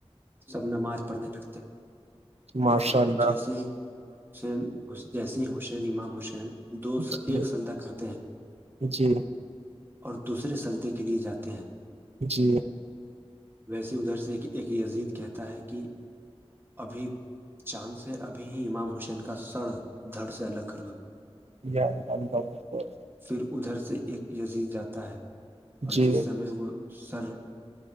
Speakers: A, on the right; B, on the right.
A: سب نماز پڑھنے لگتے ہیں
B: ماشاء
A: اور
B: اللہ
A: جیسے حسین ح جیسے حسین امام حسین دو
B: جی
A: ایک سدہ کہتے ہیں
B: جی
A: اور دوسرے سجدے کے لیے جاتے ہیں
B: جی
A: ویسے ادھر سے ایک یزید کہتا ہے کہ ابھی چاند سے ابھی ہی امام حسین کا سڑ دھڑ سے الگ کر دو
B: جی جام ب ب <unintelligible>
A: پھر ادھر سے ایک یزید جاتا ہے اور
B: جی
A: جس سمے وہ سر